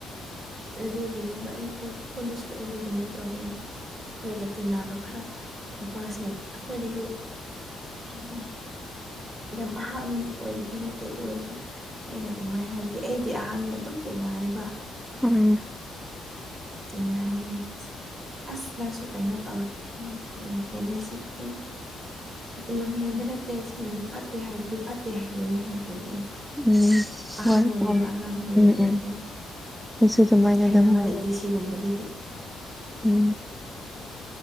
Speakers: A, on the right (about 35°); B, in the centre.
A: ꯑꯗꯨꯒꯤꯅꯦꯕ ꯑꯩꯈꯣꯏ ꯈꯨꯟꯗꯁꯨ ꯑꯩꯗꯤ ꯑꯗꯨꯃꯥꯏꯅ ꯇꯧꯕꯒꯤ ꯑꯩꯈꯣꯏꯒ ꯇꯤꯟꯅꯕ ꯈꯔ ꯅꯨꯄꯥꯁꯤꯡ ꯑꯩꯈꯣꯏꯗꯒꯤ ꯀꯩꯅꯣ ꯌꯥꯝ ꯑꯍꯥꯟꯕ ꯑꯣꯏꯕꯗꯤ ꯅꯠꯇꯦ ꯑꯗꯨ ꯑꯣꯏꯔꯁꯨ ꯑꯩꯅ ꯑꯗꯨꯃꯥꯏꯅ ꯍꯥꯏꯕꯒꯤ ꯑꯩꯗꯤ ꯑꯍꯟꯒ ꯑꯗꯨꯝ ꯇꯤꯟꯅꯩꯌꯦꯕ
B: ꯎꯝ꯫
A: ꯑꯩꯅ ꯍꯥꯏꯔꯤꯕ ꯃꯣꯏꯁꯦ ꯑꯁ ꯅꯪꯁꯨ ꯀꯩꯅꯣ ꯇꯧꯋꯦ ꯎꯝ ꯂꯝ ꯍꯦꯜꯂꯦ ꯁꯤꯕꯗꯨ ꯂꯝꯍꯦꯟꯕ ꯅꯠꯇꯦ ꯁꯤꯒꯨꯝꯕꯗ ꯐꯠꯇꯦ ꯍꯥꯏꯕꯗꯤ ꯐꯠꯇꯦ ꯍꯥꯏꯕꯅꯤ ꯍꯥꯏꯈ꯭ꯔꯕꯅꯦ ꯑꯩ
B: ꯎꯝ
A: ꯑꯍꯥꯟ
B: ꯍꯣꯏ
A: ꯑꯣꯏꯒꯦꯔꯥ
B: ꯎꯝ
A: ꯑꯉꯥꯡ ꯑꯣꯏꯒꯦꯔꯥ
B: ꯎꯝ
A: ꯑꯩ
B: ꯎꯝ
A: ꯀꯩꯝ
B: ꯑꯩꯁꯨ ꯑꯗꯨꯃꯥꯏꯅ
A: ꯈꯥꯏꯅꯕ
B: ꯑꯗꯨꯝ ꯍꯥꯏꯔꯦ
A: ꯂꯩꯇꯦ ꯁꯤꯒꯨꯝꯕꯗꯗꯤ
B: ꯎꯝ